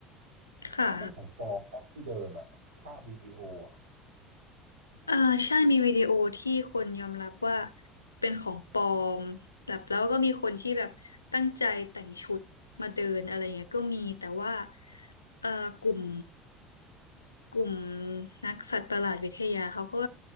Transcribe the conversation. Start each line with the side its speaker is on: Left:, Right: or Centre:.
Left: ค่ะ
Right: ก็เป็นของปลอมปะที่เดินอะภาพวิดีโออะ
Left: เอ่าใช่มีวิดีโอที่คนยอมรับว่าเป็นของปลอมแบบแล้วก็มีคนที่แบบตั้งใจแต่งชุดมาเดินอะไรเงี้ยก็มีแต่ว่าเอ่อกลุ่ม กลุ่มนักสัตว์ประหลาดวิทยาเขาก็